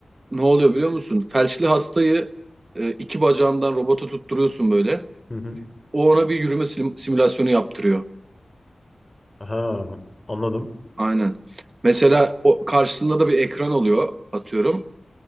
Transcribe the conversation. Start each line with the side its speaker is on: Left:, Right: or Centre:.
Right: ne oluyor biliyor musun? Felçli hastayı e, iki bacağından robota tutturuyorsun böyle.
Left: Hı hı.
Right: O ona bir yürüme sim- simülasyonu yaptırıyor.
Left: Aha anladım.
Right: Aynen. Mesela o karşısında da bir ekran oluyor atıyorum.